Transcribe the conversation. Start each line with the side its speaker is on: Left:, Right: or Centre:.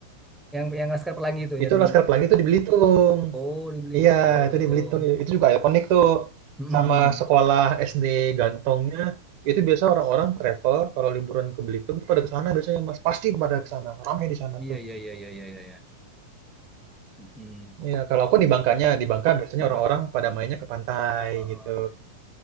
Centre: yang yang Laskar Pelangi itu
Right: Itu
Centre: yang
Right: Laskar Pelangi tuh di Belitung.
Centre: oh di Belitung
Right: Iya, itu di Belitung. Itu juga ikonik tuh.
Centre: <laughs>
Right: Sama sekolah SD Gantongnya itu biasa orang-orang travel kalau liburan ke Belitung itu pada ke sana biasanya Mas. Pasti pada ke sana. Ramai di sana
Centre: iya
Right: tuh.
Centre: iya iya iya iya iya Hmm,
Right: Iya, kalau aku di Bangkanya, di Bangka biasanya
Centre: di Bang
Right: orang-orang pada mainnya ke pantai
Centre: oh, oh.
Right: gitu.